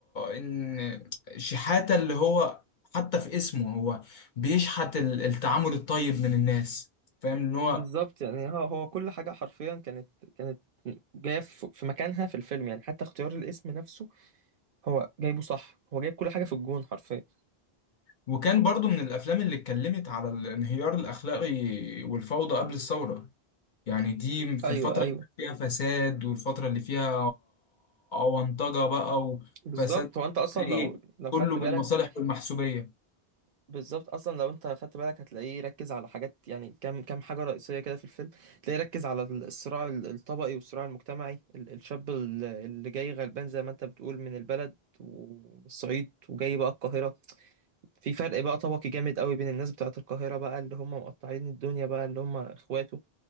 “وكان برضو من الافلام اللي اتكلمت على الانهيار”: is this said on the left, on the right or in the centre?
Left